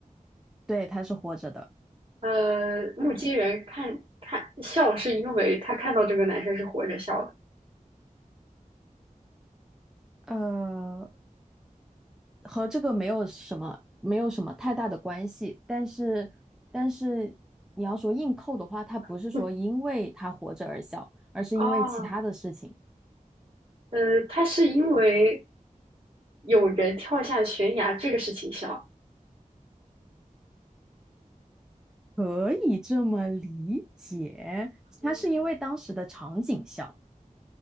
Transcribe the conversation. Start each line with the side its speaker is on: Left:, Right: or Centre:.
Centre: 对，他是活着的，
Right: 呃，目击人看看笑，是因为他看到这个男生是活着笑的。
Centre: 呃，和这个没有什么没有什么太大的关系。但是，但是你要说硬扣的话，他不是说因为他活着而笑，
Right: <laughs>
Centre: 而是因为其他的事情。
Right: 哦，呃，他是因为有人跳下悬崖这个事情笑。
Centre: 可以这么理解，
Right: 嗯，
Centre: 他是因为当时的场景笑，